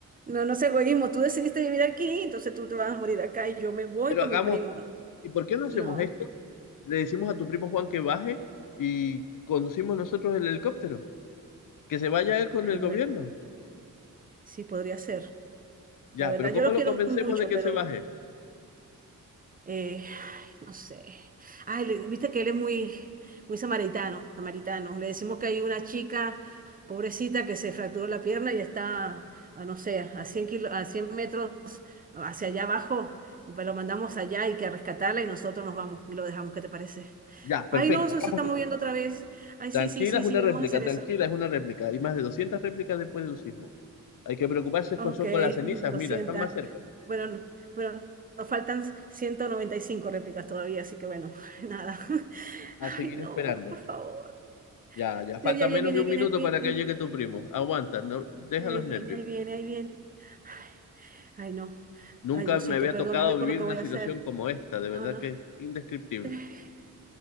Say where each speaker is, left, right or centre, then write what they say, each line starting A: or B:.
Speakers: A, on the right; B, on the left.
A: no, no es egoísmo, tú decidiste vivir aquí, entonces tú te vas a morir acá y yo me voy
B: Pero
A: con
B: hagamos,
A: mi primo.
B: ¿y por qué no hacemos
A: No,
B: esto? Le decimos a tu primo Juan que baje y conducimos nosotros el helicóptero, que se vaya él con el
A: ay, bueno,
B: gobierno.
A: sí podría ser.
B: Ya,
A: La verdad,
B: pero ¿cómo
A: yo lo
B: lo
A: quiero
B: convencemos
A: mucho,
B: de que
A: pero
B: se baje?
A: Eh, ay, no sé. Ay, le- viste que él es muy, muy samaritano, samaritano. Le decimos que hay una chica, pobrecita, que se fracturó la pierna y está, a no sé, a cien kilo- a 100 metros hacia allá abajo. Y pa- lo mandamos allá y que a rescatarla y nosotros nos vamos y lo dejamos. ¿Qué te parece?
B: Ya, perfecto,
A: Ay, no, eso
B: hagamos
A: se está
B: eso.
A: moviendo otra vez. Ay,
B: Tranquila
A: sí, sí, sí,
B: es una
A: sí,
B: réplica,
A: vamos a hacer
B: tranquila
A: eso.
B: es una réplica. Hay más de 200 réplicas después de un sismo. Hay que preocuparse
A: Ah,
B: con,
A: Ok,
B: son
A: <laughs>
B: con las cenizas,
A: lo
B: mira,
A: sienta.
B: están más cerca.
A: Bueno, no- bueno, nos faltan 195 réplicas todavía, así que bueno, <laughs> nada. <laughs> Ay,
B: A seguir
A: no,
B: esperando.
A: por favor.
B: Ya, ya, falta
A: Ya, ya, ya
B: menos
A: viene,
B: de
A: ahí
B: un
A: viene,
B: minuto
A: ahí
B: para
A: viene.
B: que llegue tu primo. Aguanta, no, deja
A: Ay,
B: los
A: ahí
B: nervios.
A: viene, ahí viene, ahí viene. Ay, ay, no.
B: Nunca
A: Ay, Diosito,
B: me había
A: perdóname
B: tocado
A: por
B: vivir
A: lo que
B: una
A: voy
B: situación
A: a hacer.
B: como esta, de verdad
A: No, no.
B: que es indescriptible.
A: <sighs>